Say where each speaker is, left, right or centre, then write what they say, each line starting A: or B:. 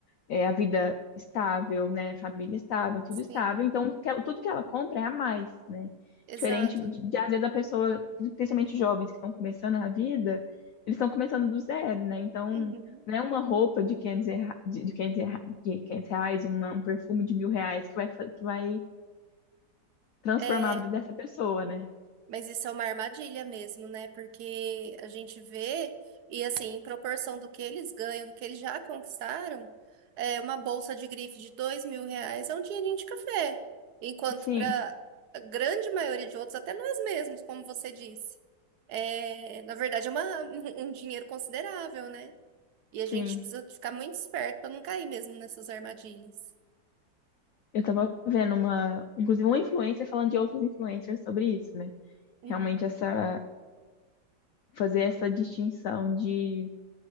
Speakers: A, on the left (about 80°); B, on the right (about 65°).
A: é, a vida estável, né? Família estável, tudo
B: Sim,
A: estável. Então, que ela- tudo que ela compra é a mais, né?
B: exato.
A: Diferente de, de, às vezes, a pessoa, principalmente jovens que estão começando a vida, eles estão começando do zero, né? Então,
B: Uhum.
A: não é uma roupa de quinhentos erra- de, de 500, erra- de 500 reais, uma- um perfume de mil reais que vai, fa- que vai transformar
B: É,
A: a vida dessa pessoa, né?
B: Mas isso é uma armadilha mesmo, né? Porque a gente vê, e assim, em proporção do que eles ganham, do que eles já conquistaram, é uma bolsa de grife de dois mil reais é um dinheirinho de café. Enquanto
A: Sim,
B: para a grande maioria de outros, até nós mesmos, como você disse, é, na verdade é uma, <laughs> um dinheiro considerável, né? E
A: sim.
B: a gente precisa ficar muito esperto para não cair mesmo nessas armadilhas.
A: Eu tava vendo uma, inclusive uma influencer falando de outras influencers sobre isso, né?
B: Uhum.
A: Realmente essa, fazer essa distinção de,